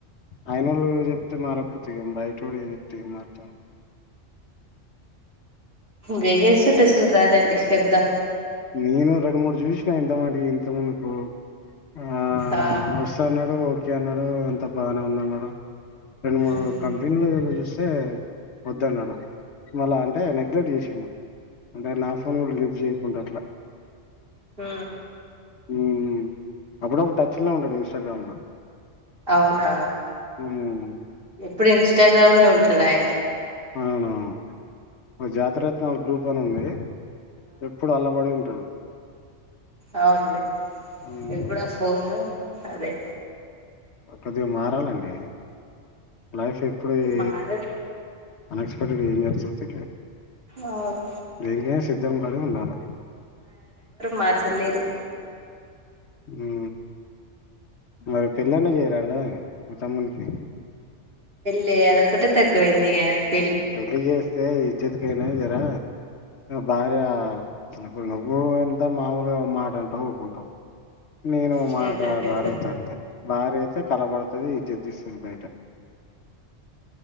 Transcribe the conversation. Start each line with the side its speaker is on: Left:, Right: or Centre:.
Left: అయిన వాళ్ళు చెప్తే మారకపోతే ఏ బయట వోడు ఏ చెప్తే ఏ మారుతాడు
Right: వేగే చట్టే సరు రాదండి చెప్తా
Left: నేను రెండు మూడు చూసినా ఎంత మాట ఇంత ముందుకు ఆ
Right: ఆ
Left: వస్తా అన్నాడు ఓకే అన్నాడు ఆ అంత బాగానే ఉందన్నాడు రెండు మూడు
Right: ఉమ్
Left: కంపెనీలూ టే వద్దున్నాడు మళ్ళ అ ఎ నెగ్లట్ చేసిండు అంటే నా ఫోన్ కూడా లిఫ్ట్ జే ట్లా
Right: ఉఉ
Left: ఉ అప్పుడప్పుడు టచ్ లో ఉంటాడు ఇన్స్టాగ్రామ్ లో
Right: అవునా
Left: మ్మ్
Right: ఎప్పుడ ఇన్స్టాగ్రామ్ లో ఉంటాడాయన
Left: అవునువును జాతిరత్నాల గ్రూప్ పప్పనుంది ఎప్పుడు అల్లబడి ఉంటాడు
Right: అవున్లే
Left: మ్మ్
Right: ఎప్పుడు ఫోను అదే
Left: కొద్దిగా మారాలండి లైఫ్ ఎప్పుడు ఏ
Right: మారడు
Left: అన్ ఎక్సపెక్టెడ్ ఏం చేస్తతిలి
Right: అవును
Left: దేనికైన సిద్ధం పడి ఉండాలి
Right: మార్చల్లేరు
Left: ఉ మరి పెళ్లైన చేయరాదా మా తమ్మునికి కి
Right: లే అద కుట్ట తక్కువంది క
Left: పెళ్ళ జేస్తే ఇజ్జత్ నా జరా భార్య ఇప్పుడు నువ్వు ఎంత మామూలుగా ఉమ్మాటంటావు ఊకుంటావు నేను
Right: చేద్దాం
Left: మాట
Right: చేద్దాం
Left: నడుగు తంతే భార కలబడుతది ఇజత్ తీస్తది బయట